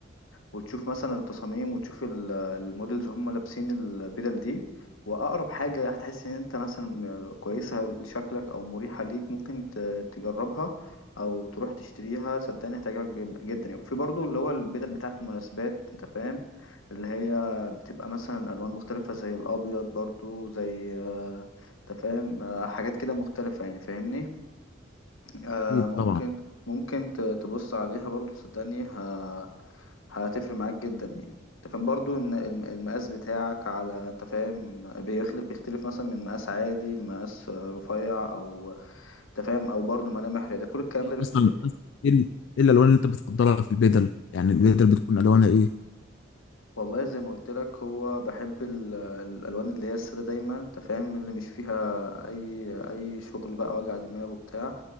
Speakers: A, on the left; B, on the left.
A: وتشوف مثلا التصاميم وتشوف ال- المودلز هم لابسين البدل دي واقرب حاجه هتحس ان انت مثلا م- كويسه لشكلك او مريحه ليك ممكن ت- تجربها او تروح تشتريها صدقني هتعجبك جد- جدا يعني وفي برضو اللي هو البدل بتاعت المناسبات انت فاهم اللي هي بتبقى مثلا الوان مختلفه زي الابيض برضو زي آه، انت فاهم آه، حاجات كده مختلفه يعني فاهمني آه،
B: اكيد
A: ممكن
B: طبعا
A: ممكن ت- تبص عليها برضو صدقني ه- هتفرق معاك جدا يعني انت فاهم برضو ان الم- المقاس بتاعك على انت فاهم بيخلق بيختلف مثلا من مقاس عادي لمقاس رفيع او انت فاهم او برضو ملامح رياضية كل الكلام ده بيختلف
B: مثلا
A: يعني.
B: ايه ال- إيه الالوان اللي انت بتفضلها في البدل يعني البدل بتكون الوانها ايه
A: والله زي ما قلت لك هو بحب ال- الالوان اللي هي الساده دايما انت فاهم اللي مش فيها اي اي شغل بقى وجع دماغ وبتاع